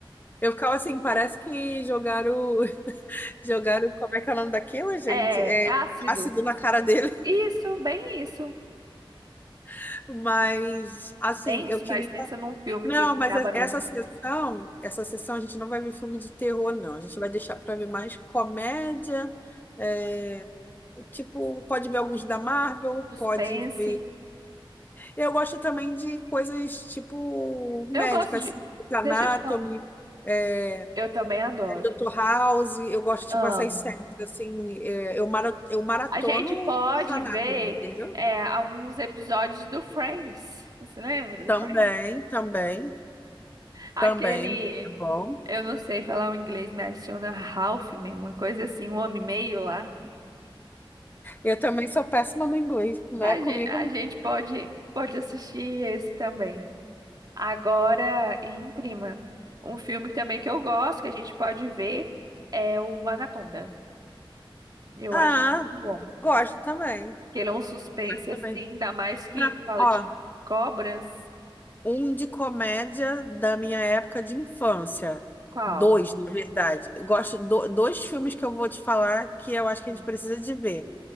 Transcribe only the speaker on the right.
É,
é ácido.
Isso, bem isso.
Bem
isso,
mas pensa num filme
que me
dava
menos
suspense.
Eu gosto de.
Deixa eu te falar.
Eu também adoro.
Amo.
A gente pode
ver
é, alguns episódios do Friends. Você lembra do
Friends?
Aquele.
Eu não sei falar o inglês, mas tinha um Halfman, uma coisa assim, um homem meio lá.
A
gente, a
gente pode, pode assistir esse também. Agora, em prima, um filme também que eu gosto, que a gente pode ver, é o Anaconda. Eu
acho muito bom.
Que ele é um suspense,
assim, ainda mais que
fala
de cobras.
Qual?
Hum.